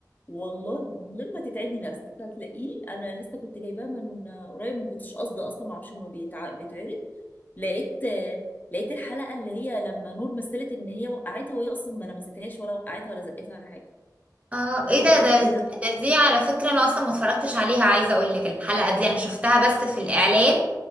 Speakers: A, on the left (about 25°); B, on the right (about 20°).
A: والله من غير ما تتعبي نفسك هتلاقيه انا لسه كنت جايباه من قريب ما كنتش قاصده اصلا ما اعرفش انه بيتع... بيتعرض لقيت لقيت الحلقه اللي هي لما نور مثلت ان هي وقعتها وهي اصلا ما لمستهاش ولا وقعتها ولا زقتها ولا حاجه
B: اه
A: فبقيت
B: ايه ده
A: اقول
B: ده
A: ايه ده
B: ده دي على فكرة انا اصلا ما اتفرجتش عليها عايزة اقول لك الحلقة دي انا شفتها بس في الاعلان